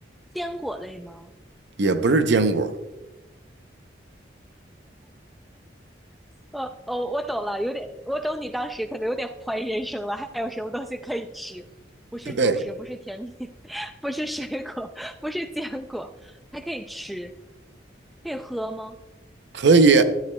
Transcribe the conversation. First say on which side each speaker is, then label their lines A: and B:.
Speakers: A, in the centre; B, on the right.
A: 坚果类吗？
B: 也不是坚果，
A: 呃哦，我懂了，有点，我懂你当时可能有点怀疑人生了，还有什么东西可以吃？不是主食，
B: 对，
A: 不是甜品，<laughs> 不是水果，不是坚果，还可以吃，可以喝吗？
B: 可以，